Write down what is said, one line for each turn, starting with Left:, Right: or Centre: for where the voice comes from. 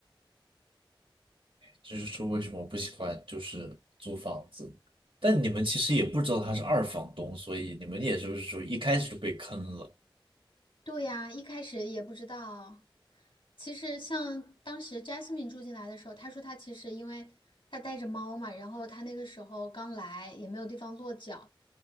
Right: 这就是说，为什么我不喜欢就是租房子。但你们其实也不知道他是二房东，所以你们也是不是说一开始就被坑了？
Left: 对呀，一开始也不知道。其实像当时 Jasmine 住进来的时候，她说她其实因为她带着猫嘛，然后她那个时候刚来，也没有地方落脚，